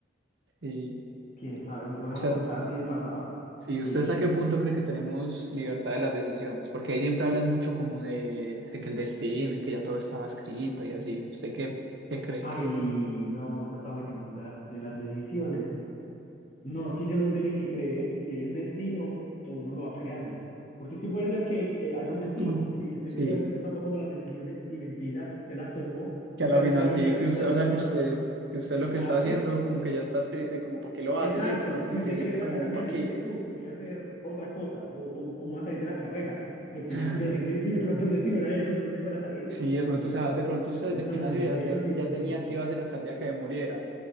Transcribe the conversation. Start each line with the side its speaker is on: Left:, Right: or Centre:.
Right: Sí.
Left: quién sabe, lo
Right: O
Left: pone a uno
Right: sea,
Left: a pensar, sí, del pasado
Right: sí, ¿usted
Left: de
Right: hasta
Left: él.
Right: qué punto cree que tenemos libertad de las decisiones? Porque ahí siempre hablan mucho como de, de que el destino y que ya todo estaba escrito y así. ¿Usted qué, qué cree
Left: Ay,
Right: que
Left: no, esa está muy dura, de las decisiones. No, es que yo no sé ni qué creer, si hay un destino o uno lo va creando. Porque sí puede ser que eh, haya un destino
Right: Mm.
Left: y usted
Right: sí?
Left: cree que usted está tomando las decisiones y mentira, ya las tomó,
Right: Que
Left: o
Right: a
Left: sea,
Right: la
Left: ya
Right: final
Left: saben
Right: sí,
Left: que
Right: que
Left: las
Right: usted,
Left: va
Right: o
Left: a
Right: sea,
Left: tomar.
Right: que usted, que usted
Left: Exacto.
Right: lo que está haciendo como que ya está escrito y como para qué lo
Left: Exacto,
Right: hace, ¿cierto? Uno como
Left: y usted
Right: que siente
Left: cree que la
Right: como
Left: está cambiando,
Right: para qué.
Left: usted dice, uh, voy a hacer otra cosa, o, o, o me voy a salir de la carrera, porque
Right: <laughs>
Left: ya no quiero seguirme, y de pronto el destino era eso, que usted se fuera a salir,
Right: Sí, de pronto,
Left: entonces,
Right: o sea, de pronto usted
Left: no,
Right: desde que nació ya,
Left: eso
Right: ya,
Left: sí
Right: ya
Left: es
Right: tenía
Left: duro.
Right: que iba a ser hasta el día que muriera.